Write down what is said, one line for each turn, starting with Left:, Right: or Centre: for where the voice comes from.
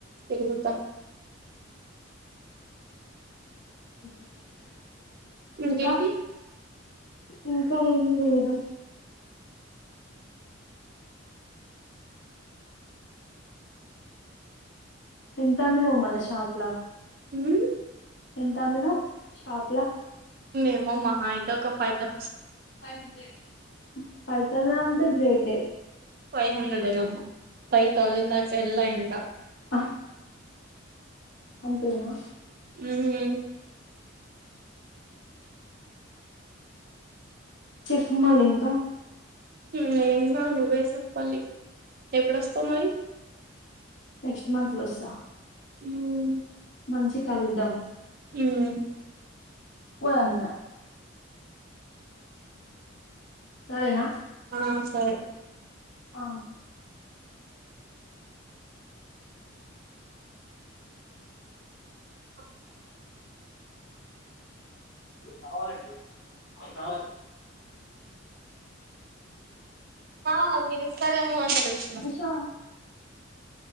Right: తెరుగుతా
Left: <inaudible>
Right: ఇంకేంటి
Left: ఇంకా ఇంకా ఏం లేదు ఎంత అమ్మినావ్ మళ శాప లా
Right: ఊమ్
Left: ఎంత అమ్మినావ్ షాప్ల
Right: ఏమో మహా అయితే ఒక ఫైదా
Left: ఫైవ్ హండ్రెడ్ ఫ తదనంట గ్రేట
Right: ఫైవ్ హండ్రెడ్ యే నమ్ ఫైవ్ తౌజండ్ందాక ఎల్లల ఇంకా
Left: ఆ, అంతేనా
Right: ఉమ్
Left: చెస్తు మళ ఇంకా
Right: నేన్నా నువ్వే చెప్పల్లి ఎప్పుడుొస్తావు మరి
Left: నెక్స్ట్ మంత్లొసా
Right: ఉమ్
Left: మంచి కలుద్దాం
Right: ఉమ్
Left: పోధం ధా సరేనా
Right: ఆ సరే
Left: ఆ
Right: అ
Left: కావాలండి మేక్ కావాలి
Right: ఆ మీరు ఇస్తారేమో అని అడుగుతున్న
Left: ఉషా,